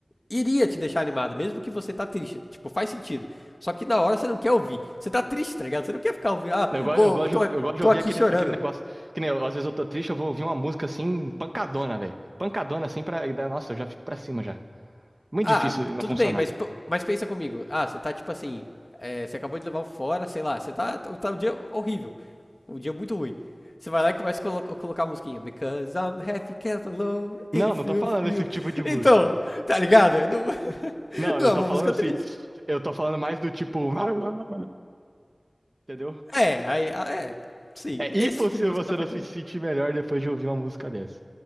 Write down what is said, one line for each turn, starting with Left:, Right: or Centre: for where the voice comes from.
Left: Iria te deixar animado, mesmo que você tá triste. Tipo, faz sentido. Só que na hora você não quer ouvir. Você tá triste, tá ligado? Você não quer ficar ouvindo. Ah,
Right: Eu, go-
Left: vou,
Right: eu gosto,
Left: tô,
Right: de- eu gosto de
Left: tô
Right: ouvir
Left: aqui
Right: aquele,
Left: chorando.
Right: aquele negócio. Que nem eu, às vezes eu tô triste, eu vou ouvir uma música assim, pancadona, velho. Pancadona assim pra. da- Nossa, eu já fico pra cima já. Muito
Left: Ah,
Right: difícil não
Left: tudo
Right: funcionar.
Left: bem, mas, p- mas pensa comigo. Ah, você tá tipo assim. é, você acabou de levar um fora, sei lá. Você tá, tá um dia horrível. Um dia muito ruim. Você vai lá e começa a colo- colocar a musiquinha. Because I'm happy, can't alone,
Right: Não,
Left: if
Right: não
Left: you
Right: tô falando
Left: feel.
Right: esse tipo de música.
Left: Então, tá ligado? Não, <laughs>
Right: Não,
Left: não
Right: eu
Left: é
Right: tô
Left: uma
Right: falando
Left: música
Right: assim.
Left: triste.
Right: Eu tô falando mais do tipo. <laughs> Entendeu?
Left: É, aí, ah, é. Sim,
Right: É
Left: esse
Right: impossível
Left: tipo de música
Right: você
Left: dá pra
Right: não se
Left: ter.
Right: sentir melhor depois de ouvir uma música dessa.